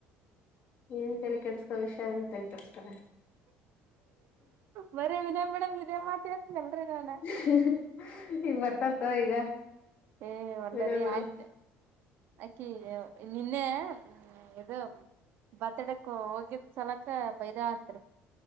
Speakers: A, on the left; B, on the right.
A: ಏನ ತಲೆ ಕೆಡಸ್ಕೋ ವಿಷಾ ಅಂತ ಕೆಡಸ್ಕಾರ.
B: ಬರೀ ವಿನಯ್ ಮೇಡಮ್ ಇದೇ ಮಾತ ಹೇಳ್ತನಲ್ರಿ ನಾನ
A: <unintelligible> ಈಗ ಬರ್ತಾರತೊ ಈಗ
B: ಏ ಒಲ್ಲರೀ
A: ವಿನಯ ಮೇಡಮ್
B: ಆಯ್ತ್ ಅಕಿ ನಿನ್ನೆ ಇದು ಬರ್ತಡೇತಕ್ಕ ಹೋಗಿದ್ ಸಲಕ ಬೈದಳ್ ಅಂತ್ರಿ